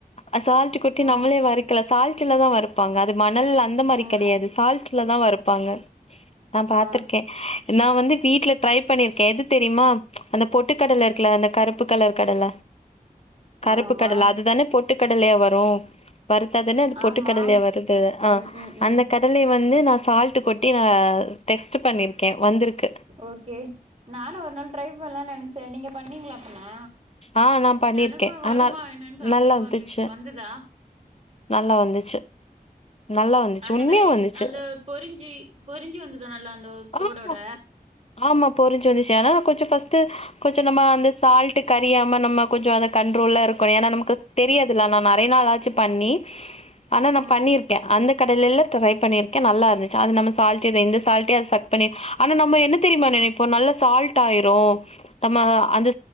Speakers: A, on the left; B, on the right.
A: அ சால்ட்டு கொட்டி
B: ம்
A: நம்மளே வறுக்கலா சால்ட்டுலதா வறுப்பாங்க அது மணல் அந்த மாரி
B: ம்
A: கெடையாது சால்ட்லதா வறுப்பாங்க நா பாத்துருக்கே
B: ஆ
A: நா வந்து வீட்ல ட்ரை பண்ணிருக்கே எது தெரியுமா அந்த பொட்டு கடல இருக்ல அந்த கருப்பு கலர் கடல கருப்பு
B: ஆமா
A: கடல அதுதானே பொட்டுக்கடலையா வரு வறுத்தா தானே அது பொட்டுக்கடலையா
B: ஆமா
A: வருது ஆ
B: ம் ம் ம்
A: அந்த கடலை வந்து நா சால்ட்டு கொட்டி நா டெஸ்ட்டு பண்ணிருக்கே வந்துருக்கு
B: ஓகே நானு ஒரு நாள் ட்ரை பண்லான் நெனச்சே நீங்க பண்ணீங்ளா அப்பனா
A: ஆ நா பண்ணிருக்கே
B: எனக்கு வருமா
A: ஆனா
B: என்னன் சந்தேகமா
A: நல்லா வந்துச்சு
B: இருந்துச்சி வந்ததா
A: நல்லா வந்துச்சு நல்லா வந்துச்சு
B: அந்த
A: உண்மையா
B: மாரிக்
A: வந்துச்சு
B: அந்த பொறிஞ்சி பொறிஞ்சி வந்ததா நல்லா அந்த தோடோட
A: ஆமா ஆமா பொரிஞ்சி வந்துச்சி ஆனால கொஞ்சொ ஃபஸ்ட்டு கொச்ச நம்ம அந்த சால்ட்டு கரியாம நம்ம கொஞ்சொ அத கண்ட்ரோல்ல இருக்கோ ஏனா நமக்கு தெரியாதுல அதுனால நெறைய நாள் ஆச்சி பண்ணி ஆனா நா
B: ம்
A: பண்ணிருக்கே அந்த கடலைலா ட்ரை பண்ணிருக் கே நல்லா இருந்துச்சி அது நம்ம சால்ட்டு வ இந்த சால்ட்டே அது சக் பண்ணி ஆனா நம்ம என்ன தெரியுமா நெனைப்போ நல்ல சால்ட் டாயிரு நம்ம அந்த